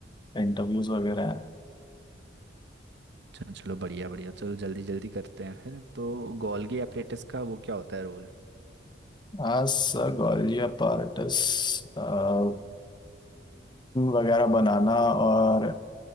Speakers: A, on the left (about 25°); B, on the right (about 65°).
A: इंटरव्यूज वगैरह हैं
B: चलो चलो बढ़िया बढ़िया चलो जल्दी जल्दी करते हैं फिर तो गोल्गी एपरेटस का वो क्या होता है रोल
A: हाँ सर गॉल्गी अपार्टस प्रोटीन वगैरह बनाना और